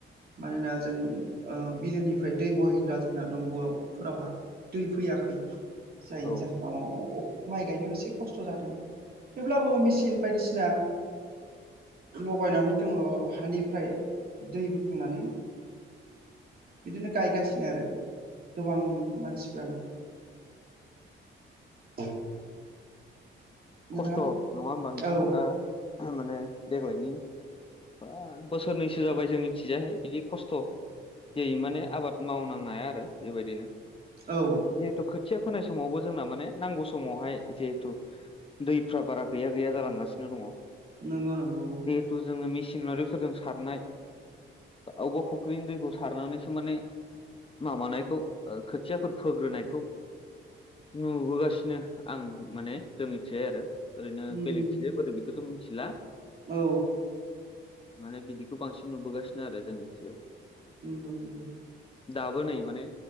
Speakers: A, on the right; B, on the left.
A: मानोना जों बिलोनिफ्राय दै बोहैग्रा जोंना दंग'फोरावहा दै फैयाखै, जायनि
B: औ
A: जाहोन उनाव माइ गायनायाव एसे खस्थ' जादों, थेवब्लाबो मेसिन बायदिसिना लगायनानै जोङो हानिफ्राय दै बोखांनानै बिदिनो गायगासिनो आरो गोबां मानसिफ्रानो <unintelligible> नोंथां
B: खस्थ' नङा होमबा नोंथां?
A: औ
B: दा माने देग्लायनि बा बोसोरनैसो जाबाय जों मिथिजायाहाय बिदि खस्थ' ज माने आबाद मावनां हाया आरो बेबायदिनो
A: औ
B: खोथिया फोनाय समावबो जोंना माने नांगौ समावहाय जिहेतु दैफ्रा बारा गैया गैया जालांगासिनो दङ।
A: नंगौ नंगौ।
B: ' जोङो मेसिनारिफोरजों सारनाय अबेबा फख्रिनि दैखौ सारनानैसो माने माबानायखौ खोथियाफोर फोग्रोनायखौ नुबोगासिनो आं माने जोंनि मिथि आरो ओरैनो
A: उम
B: बेलेगसो बोरै बेखौथ' मिथिला।
A: औ।
B: माने बिदिखौ बांसिन नुबोगासिनो आरो जोंनि सियाव
A: <unintelligible>
B: दाबोनै माने,